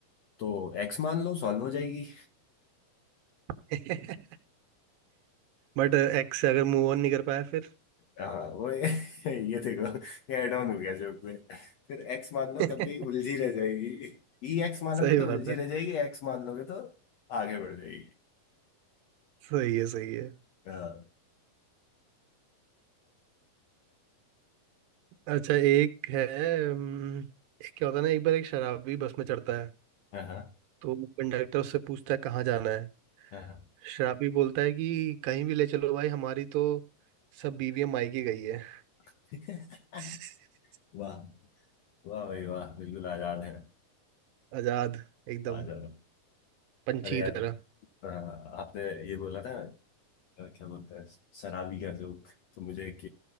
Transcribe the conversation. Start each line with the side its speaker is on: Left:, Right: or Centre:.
Left: तो एक्स मान लो सॉल्व हो जाएगी
Right: <laughs> बट एक्स से अगर मूव ऑन नहीं कर पाया फिर
Left: हाँ वो ये <laughs> ये देखो ये एड ऑन हो गया जोक में फिर एक्स मान लो
Right: <laughs>
Left: तब भी उलझी रह जाएगी ई एक्स मानोगे
Right: सही
Left: तो
Right: बात
Left: उलझी
Right: है
Left: रह जाएगी एक्स मान लोगे तो आगे बढ़ जाएगी
Right: सही है सही है
Left: हाँ
Right: अच्छा एक है हम्म, एक क्या होता है ना एक बार एक शराबी बस में चढ़ता है
Left: हाँ
Right: तो कंडक्टर उससे पूछता है कहाँ जाना है
Left: हाँ हाँ।
Right: शराबी बोलता है कि कहीं भी ले चलो भाई हमारी तो सब बीवियां मायके गई है
Left: <laughs>
Right: <laughs>
Left: वाह वाह भाई वाह बिल्कुल आजाद है
Right: आजाद एकदम
Left: आजाद
Right: पंछी
Left: अरे
Right: की
Left: यार
Right: तरह
Left: हाँ, आपने ये बोला था अ, क्या बोलते हैं शराबी का जोक तो मुझे एक